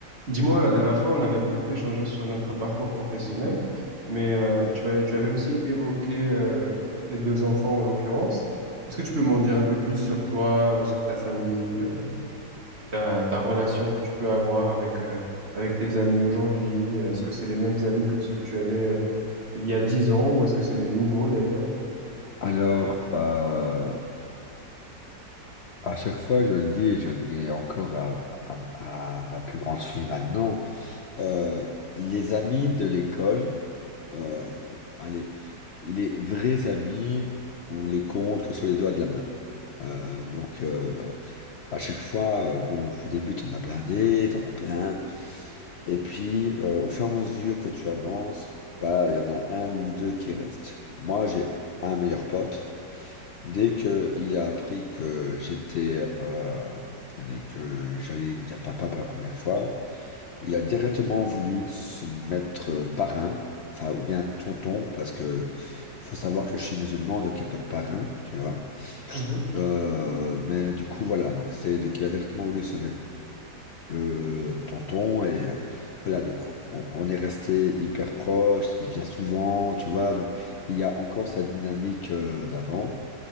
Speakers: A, on the right; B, on the left.
A: Dis-moi, la dernière fois, on avait beaucoup échangé sur notre parcours professionnel, mais euh, tu avais, tu avais aussi évoqué euh, tes deux enfants en l'occurrence. Est-ce que tu peux m'en dire un peu plus sur toi, euh, sur ta famille, euh, ta, ta relation que tu peux avoir avec, euh, avec tes amis aujourd'hui? Euh, Est-ce que c'est les mêmes amis que ceux que tu avais euh, il y a dix ans ou est-ce que c'est des nouveaux d'ailleurs?
B: Alors, euh, à chaque fois, je le dis et je le dis encore à, à- à ma plus grande fille maintenant, euh, les amis de l'école, euh, allez, les vrais amis, on les compte que sur les doigts de la main. Euh, donc, euh, à chaque fois, euh, bon, au début, t'en as blindé, t'en as plein, et puis, euh, au fur et à mesure que tu avances, bah, il y en a un ou deux qui restent. Moi, j'ai un meilleur pote. Dès que il a appris que j'étais euh, et que j'allais devenir papa pour la première fois, il a directement voulu se mettre euh, parrain, enfin ou bien tonton, parce que faut savoir que je suis musulman, donc il n'y a pas de parrain, tu vois.
A: Mhm.
B: Euh, mais du coup voilà, donc c'est donc il a directement voulu se mettre le tonton et euh, voilà donc on, on est resté hyper proche. Il vient souvent, tu vois, donc il y a encore cette dynamique euh, d'avant.